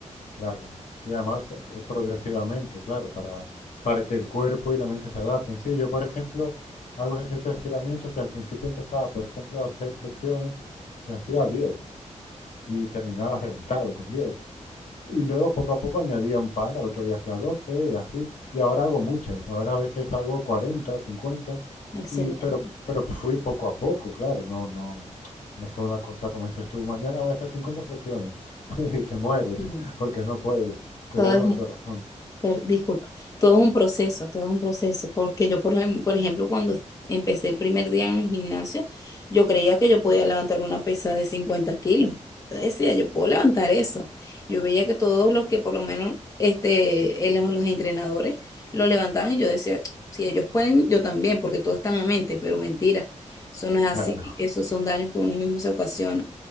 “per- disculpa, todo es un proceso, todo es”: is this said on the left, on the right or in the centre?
Left